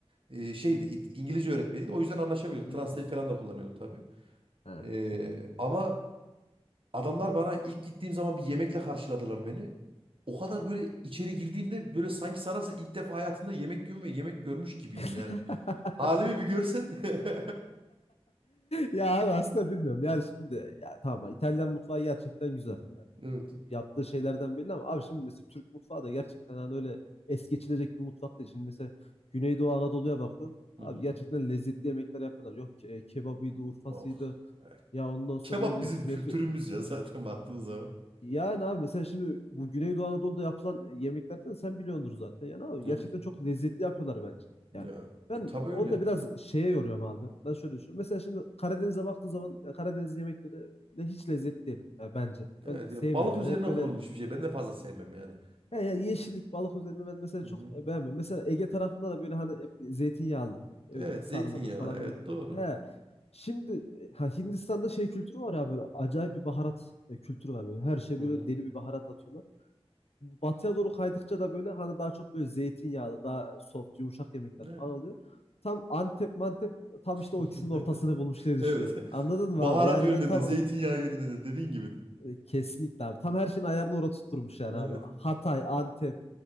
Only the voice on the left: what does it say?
Hmm.
Ha,
çok iyi.
<laughs>
Ya abi aslında bilmiyorum. Yani şimdi ya tamam İtalyan mutfağı gerçekten güzel. Yani
yaptığı şeylerden belli ama abi şimdi mesela Türk mutfağı da gerçekten hani öyle es geçilecek bir mutfak değil. Şimdi mesela Güneydoğu Anadolu'ya bakıyorsun. Abi
gerçekten lezzetli yemekler yapıyorlar. Yok ke- kebabıydı, urfasıydı.
Ya ondan sonra
ne bileyim
künefi
Yani abi mesela şimdi bu Güneydoğu Anadolu'da yapılan yemeklerden sen biliyordur zaten. Yani abi gerçekten
çok lezzetli yapıyorlar bence.
Yani ben
onu
da biraz şeye yoruyorum abi. Ben şöyle düşünüyorum. Mesela şimdi Karadeniz'e baktığın zaman ya Karadeniz yemekleri de hiç lezzetli değil ya bence.
Ben sevmiyorum
yani.
Hep böyle
ya ya yeşillik balık üzerine ben mesela
çok
e, beğenmiyorum. Mesela Ege tarafında da böyle hani hep zeytinyağlı. Ne bileyim
sarmadır
falan
filan.
He. Şimdi e, ha, Hindistan'da şey kültürü var ya böyle acayip bir baharat e, kültürü var böyle. Her şey
böyle
deli bir baharat atıyorlar batıya doğru kaydıkça da böyle hani daha çok böyle zeytinyağlı, daha soft, yumuşak yemekler
falan oluyor. Tam Antep mantep tam işte o
ikisinin ortasını bulmuş diye düşünüyorum.
Anladın mı
abi? Yani
ben tam
olarak
e, kesinlikle abi. Tam her şeyin ayarını orada tutturmuş yani
abi. Hatay, Antep,